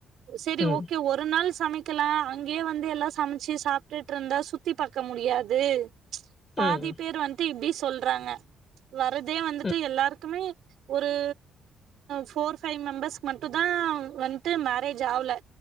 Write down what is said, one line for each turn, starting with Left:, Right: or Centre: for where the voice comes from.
Right: செரி
Left: ம்.
Right: ஓகே ஒரு நாள் சமைக் இருக்கலா அங்கேயே வந்து எல்லா சமைச்சு சாப்ட்டுட்டு இருந்தா சுத்தி பாக்க முடியாது பாதி
Left: ம். ம்.
Right: பேர் வந்ட்டு இப்டி சொல்றாங்க வரதே வந்துட்டு
Left: ம்.
Right: எல்லாருக்குமே ஒரு ஃபோர் ஃபை மெம்பர்ஸ்க்கு மட்டு தா வந்துட்டு மேரேஜ் ஆகல